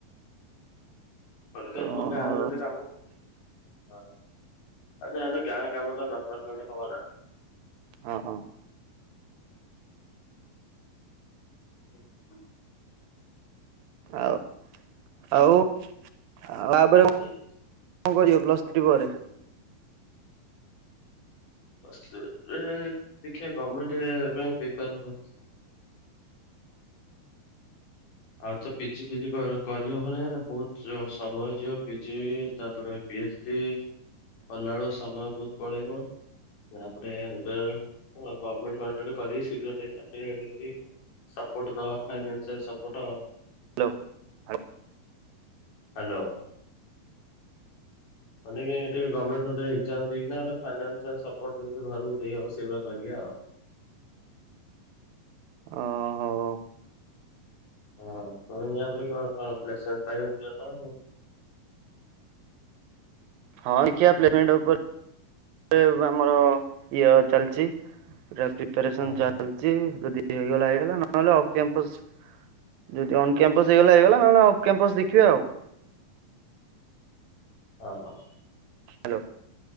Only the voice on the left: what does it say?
ନହେଲେ କାଇଁ
କୁହ ଗାଁରେ ଗୋଟେ କାମ ଆଁ ଆଉ ଯା ହେଲେ ଗାଁ କାମଟା ନ କରଲେ ଗୋଟେ ହବ ନା।
<inaudible>
ଏଇ
ପ୍ଲସ୍ ଥ୍ରୀ ରେ ଦେଖିଆ ଗମେଣ୍ଟେ ପାଇଁ ପ୍ରିପେୟାର୍ ହବା। ଆଉ ତ ପିଜି ଫିଜି କର୍ କରି ହବ ନା ବୋହୁତ ଚ ସମୟ ଯିବ ପିଜି ତାପରେ ପି ଏଚ୍ କି କଲାବେଳୁକୁ ସମୟ ବୋହୁତ ପଳେଇବ। ତାପରେ ଏବେ ଓ ଗମେଣ୍ଟ ଫମେଣ୍ଟ ଗୋଟେ କରିକି ଶୀଘ୍ର ଟିକେ ଚାକିରି ଫାକିରି କରିବି। ସପୋଟ୍ ଦବା ଫାଇନାନ୍ସିଆଲ୍ ସପୋଟ।
ହାଲୋ। ମାନେ କି ଟିକେ ଗମେଣ୍ଟ ଫେଣ୍ଟେ ଏଗଜାମ୍ ଦେଇକିନା ଫାଇନାନ୍ସିଆଲ୍ ସପୋଟ୍ ଯେମିତି ଘରକୁ ଦେଇ ହବ ସେଇଭଳିଆ କରିବା ଆଉ।
ହଁ ତମେ ୟାପରେ କଁ କଁ ପ୍ଲେସମେଣ୍ଟ ପ୍ରାଇଭେଟ୍ ଯିବ ତ ଆଉ।
ହଁ
ହ ବ୍